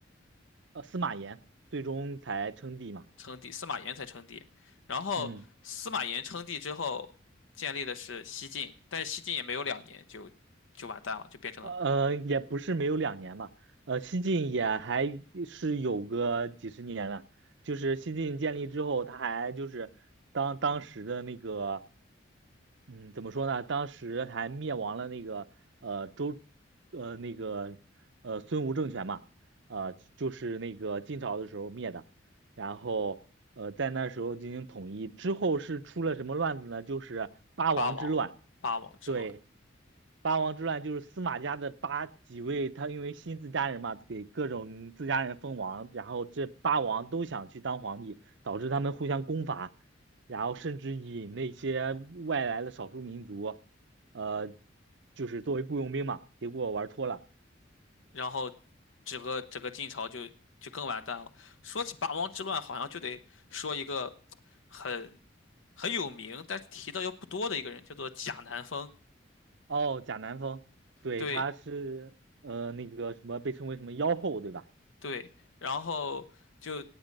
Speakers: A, on the right; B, on the left.
A: 呃，司马炎，最终才称帝嘛。
B: 称帝，司马炎才称帝。然后司马炎称帝之后，
A: 嗯，
B: 建立的是西晋，但是西晋也没有两年就就完蛋了，就变成了
A: 呃，也不是没有两年吧，呃，西晋也还是有个几十年了。就是西晋建立之后，他还就是当当时的那个，嗯，怎么说呢？当时还灭亡了那个呃周，呃那个呃孙吴政权嘛，呃，就是那个晋朝的时候灭的。然后呃，在那时候进行统一之后是出了什么乱子呢？就是八王之乱。
B: 八王八王之乱。
A: 对，八王之乱就是司马家的八几位，他因为新自家人嘛，给各种自家人封王，然后这八王都想去当皇帝，导致他们互相攻伐，然后甚至引那些外来的少数民族，呃，就是作为雇佣兵嘛，结果玩脱了。
B: 然后整个整个晋朝就就更完蛋了。说起八王之乱，好像就得说一个很很有名，但是提到又不多的一个人，叫做贾南风。
A: 哦，贾南风，对，
B: 对，
A: 他是呃那个什么被称为什么妖后，对吧？
B: 对，然后就